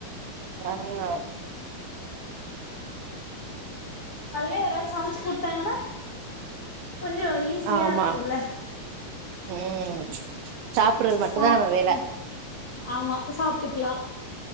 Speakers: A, on the right; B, on the left.
A: ஆமா
B: அதுவே யாராவது சமச்சு குடுத்தாங்கன்னா கொஞ்சோ ஈஸியா
A: ஆமா
B: இருக்குல்ல
A: ம் சாப்புறது மட்டுதா
B: சாப்ட்டுக்கலா
A: நம்ம வேல
B: ஆமா சாப்டுக்லா